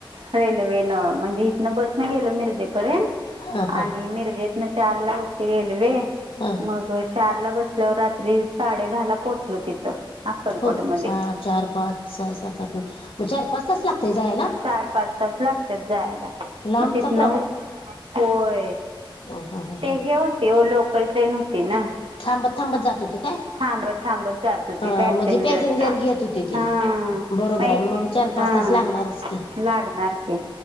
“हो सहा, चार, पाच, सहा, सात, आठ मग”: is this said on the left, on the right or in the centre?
Left